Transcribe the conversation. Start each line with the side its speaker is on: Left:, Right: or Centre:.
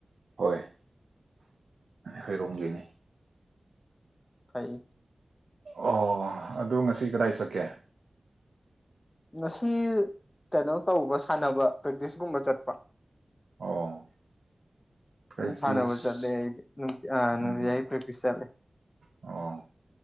Right: ꯍꯣꯏ ꯑꯩ ꯍꯣꯏꯔꯣꯝꯒꯤꯅꯤ
Left: ꯎꯝ ꯐꯩ
Right: ꯑꯣ ꯑꯗꯨ ꯉꯁꯤ ꯀꯗꯥꯏ ꯆꯠꯀꯦ
Left: ꯉꯁꯤ ꯀꯩꯅꯣ ꯇꯧꯕ ꯁꯥꯟꯅꯕ ꯄ꯭ꯔꯦꯛꯇꯤꯁꯒꯨꯝꯕ ꯆꯠꯄ
Right: ꯑꯣ ꯄ꯭ꯔꯦꯛꯇꯤꯁ
Left: ꯁꯥꯟꯕ ꯆꯂꯗꯤ ꯑꯩꯗꯤ ꯅꯨꯡꯇꯤꯖꯥꯏ
Right: ꯎꯝ
Left: ꯄ꯭ꯔꯦꯛꯇꯤꯁ ꯆꯠꯂꯦ
Right: ꯑꯣ